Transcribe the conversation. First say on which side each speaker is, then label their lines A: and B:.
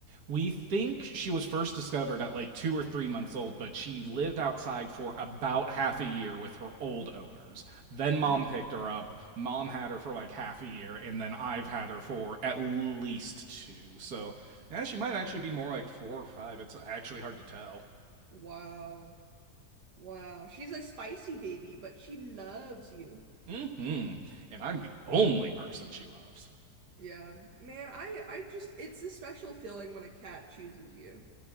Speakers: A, on the right; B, on the right.
A: we think she was first discovered at like two or three months old, but she lived outside for about half a year with her old owners. Then mom
B: hmm
A: picked her up. Mom had her for like half a year, and then I've had her for at least two. So, yeah, she might actually be more like four or five. It's actually hard to tell.
B: Wow. Wow. She's a spicy baby, but she loves you.
A: Mm-hmm. And I'm the only person she loves.
B: Yeah. Man, I I just it's a special feeling when a cat chooses you.